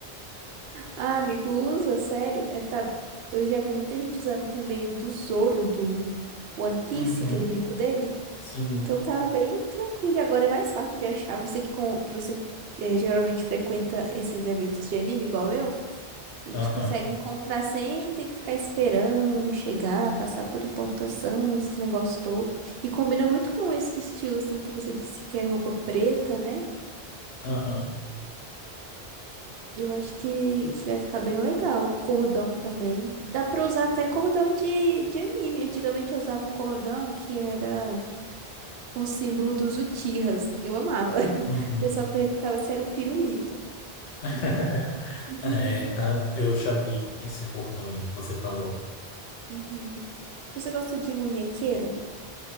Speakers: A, on the right (about 75°); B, on the left (about 75°).
A: Ah, amigo, usa, sério. É, tá... Eu já vi muita gente usando também o do Zoro do One Piece,
B: Uhum.
A: aquele brinco dele.
B: Sim.
A: Então tá bem tranquilo. E agora é mais fácil de achar. Você que, com... que você eh, geralmente frequenta esses eventos de anime igual eu. A gente
B: Aham.
A: consegue encontrar sem ter que ficar esperando chegar, passar por importação, esses negócios todos. E combina muito com esse estilo, assim, que você disse que é roupa preta, né?
B: Aham.
A: Eu acho que, que vai ficar bem legal. Cordão também. Dá pra usar até cordão de, de anime. Antigamente eu usava um cordão que era com o símbolo dos Uchihas. Eu amava. <laughs>
B: Uhum.
A: O pessoal perguntava se era um pirulito.
B: <laughs>
A: <laughs>
B: É, ah, eu já vi esse cordão aí que você falou.
A: Uhum. Você gosta de munhequeira?